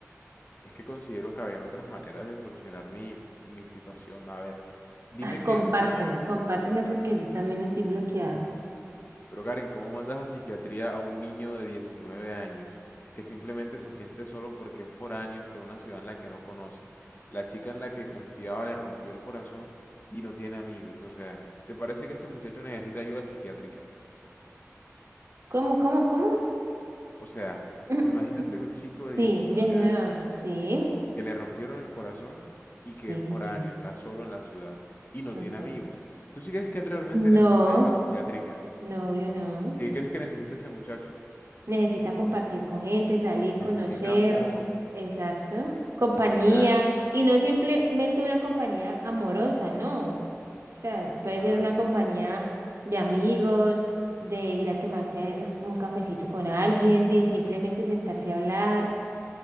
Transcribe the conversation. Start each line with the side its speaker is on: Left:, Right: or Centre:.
Left: es que considero que habían otras maneras de solucionar mi, mi situación. A ver. Dime
Right: Ah,
Left: qué,
Right: compárteme, compárteme porque yo también estoy bloqueada.
Left: Pero Karen, ¿cómo mandas a psiquiatría a un niño de 19 años que simplemente se siente solo porque es foráneo, está en una ciudad en la que no conoce? La chica en la que confiaba le rompió el corazón y no tiene amigos. O sea, ¿te parece que ese muchacho necesita ayuda psiquiátrica?
Right: ¿Cómo, cómo, cómo?
Left: O sea,
Right: <clears throat>
Left: imagínate un chico de
Right: Sí,
Left: 19
Right: 19
Left: años
Right: años, sí,
Left: que le rompieron el corazón y
Right: sí,
Left: que es foráneo,
Right: entiendo.
Left: está solo en la ciudad y no
Right: Okay.
Left: tiene amigos. ¿Tú sí crees que él realmente necesita
Right: No,
Left: ayuda psiquiátrica?
Right: no, obvio no.
Left: ¿Qué crees que necesita ese muchacho?
Right: Necesita compartir con gente, salir, conocer,
Left: Necesita amor.
Right: exacto, compañía,
Left: O sea,
Right: y no simplemente una compañía amorosa, no. O sea,
Left: Total,
Right: puede ser una compañía de amigos, de ir a tomarse el- un cafecito con alguien, de simplemente sentarse a hablar.